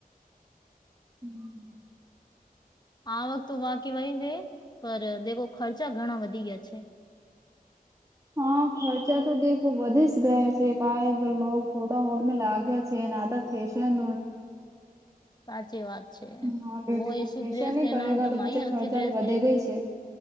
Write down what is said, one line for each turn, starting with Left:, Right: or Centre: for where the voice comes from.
Right: હમ
Left: આ વખત તો વાકીવાહી ર પર દેખો ખર્ચા ઘણા વધી ગયા છે <inaudible>
Right: હા ખર્ચા તો દેખો વધી જ ગયા છે ક હોોટા હોડ લાગ્યા છે ફેશન
Left: સાચી વાત છે
Right: હા બ્યુટી
Left: વ
Right: કો
Left: એસી
Right: ફેશિયલ
Left: ડ્રેસ
Right: નહી
Left: લેના
Right: કરેગા તો
Left: હોય
Right: પછી ખર્ચા
Left: તોયસી ડ્રેસ
Right: તો વધે
Left: લેય
Right: ગઈ છે.